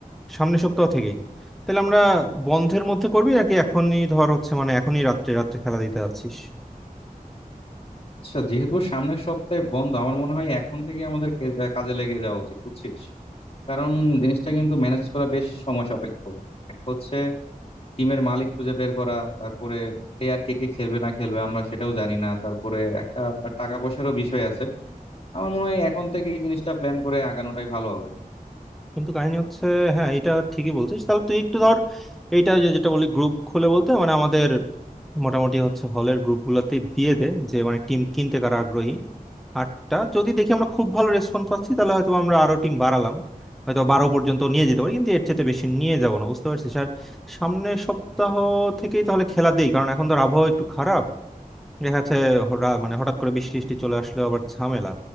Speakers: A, in the centre; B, on the left.
A: সামনের সপ্তাহ থেকেই তাহলে আমরা বন্ধের মধ্যে করবি নাকি এখনই ধর হচ্ছে মানে এখনই রাত্রে রাত্রে খেলা দিতে যাচ্ছিস
B: আচ্ছা যেহেতু সামনের সপ্তাহে বন্ধ আমার মনে হয় এখন থেকে আমাদের কে- কাজে লেগে যাওয়া উচিত বুঝছিস কারণ জিনিসটা কিন্তু ম্যানেজ করা বেশ সময় সাপেক্ষ এক হচ্ছে টিমের মালিক খুঁজে বের করা তারপরে প্লেয়ার কে কে খেলবে না খেলবে আমরা সেটাও জানি না তারপরে একটা টাকা পয়সারও বিষয় আছে আমার মনে হয় এখন থেকে এই জিনিসটা প্ল্যান করে আগানোটাই ভালো হবে
A: কিন্তু কাহিনী হচ্ছে হ্যাঁ এটা ঠিকই বলছিস তাহলে তুই একটু ধর এইটা যে- যেটা বলি গ্রুপ খুলে বলতে মানে আমাদের মোটামুটি হচ্ছে হলের গ্রুপ গুলাতে দিয়ে দে যে মানে টিম কিনতে কারা আগ্রহী আটটা যদি দেখি আমরা খুব ভালো রেসপন্স পাচ্ছি তাহলে হয়তো আমরা আরো টিম বাড়ালাম হয়তো বারো পর্যন্ত নিয়ে যেতে পারি কিন্তু এর চেয়ে বেশি নিয়ে যাব না বুঝতে পারছিস আর সামনের সপ্তাহ থেকেই তাহলে খেলা দেই কারণ এখন ধর আবহাওয়া একটু খারাপ দেখা যাচ্ছে হরা- মানে হঠাৎ করে বৃষ্টি টিষ্টি চলে আসলো আবার ঝামেলা